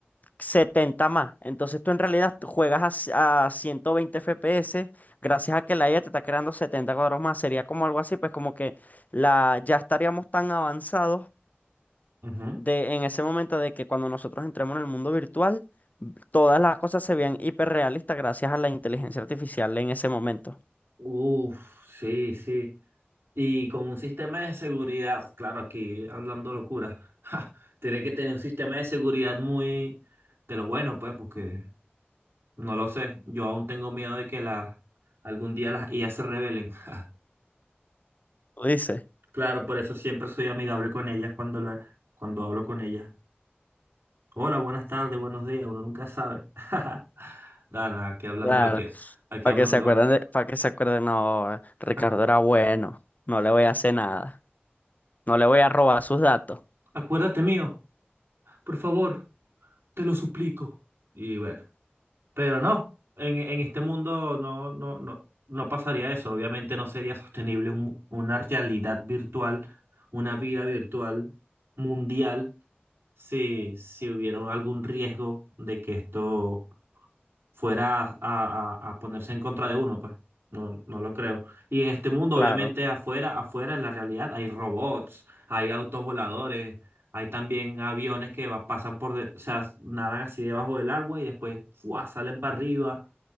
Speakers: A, on the left; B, on the right.
A: 70 más. Entonces tú en realidad tú juegas a, c- a 120 FPS gracias a que la IA te está creando 70 cuadros más. Sería como algo así, pues como que la, ya estaríamos tan avanzados
B: Ujú.
A: de, en ese momento de que cuando nosotros entremos en el mundo virtual, todas las cosas se vean hiperrealistas gracias a la inteligencia artificial en ese momento.
B: Uf, sí, sí. Y con un sistema de seguridad, claro, aquí hablando locura, <laughs> ja, tiene que tener un sistema de seguridad muy de los buenos, pues, porque no lo sé. Yo aún tengo miedo de que las algún día las IA se rebelen. <laughs> ja.
A: ¿Lo dices?
B: Claro, por eso siempre soy amigable con ellas cuando la, cuando hablo con ellas. Hola, buenas tardes, buenos días, uno nunca sabe. <laughs> Nada, nada, aquí hablando
A: Claro.
B: lo que, aquí
A: Para
B: hablando
A: que se acuerden
B: lo que.
A: de, para que se acuerden, no, Ricardo
B: Acu-
A: era bueno, no le voy a hacer nada, no le voy a robar sus datos.
B: acuérdate mío, por favor, te lo suplico. Y bueno. Pero no, en, en este mundo no, no, no, no pasaría eso. Obviamente no sería sostenible un- una realidad virtual, una vida virtual mundial, si, si hubiera algún riesgo de que esto fuera a, a- a ponerse en contra de uno, pues. No, no lo creo. Y en este mundo,
A: Claro.
B: obviamente, afuera, afuera, en la realidad, hay robots, hay autos voladores, hay también aviones que va- pasan por, de- o sea, nadan así debajo del agua y después, ¡fua! salen para arriba,